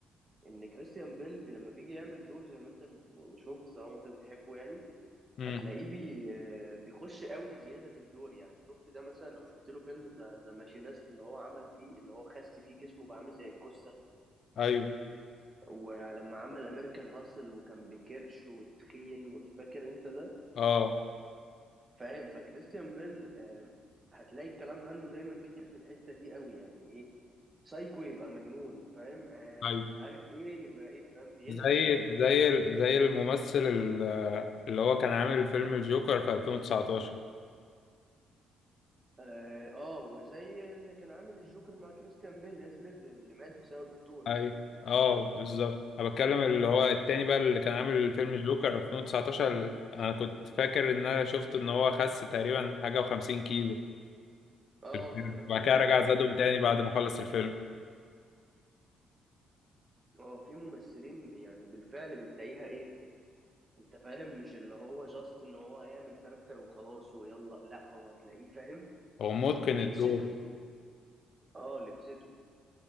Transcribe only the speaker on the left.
امم
ايوه
اه
ايوه
زي
زي زي الممثل ال- اللي هو كان عامل فيلم الجوكر في 2019
اي اه بالظبط انا بتكلم اللي هو التاني بقى اللي كان عامل فيلم جوكر 2019 اللي انا كنت فاكر ان انا شفت ان هو خس تقريبا حاجه و50 كيلو
في الفيلم
وبعد كده
رجع
زادهم
تاني
بعد
ما خلص الفيلم
هو متقن
الدور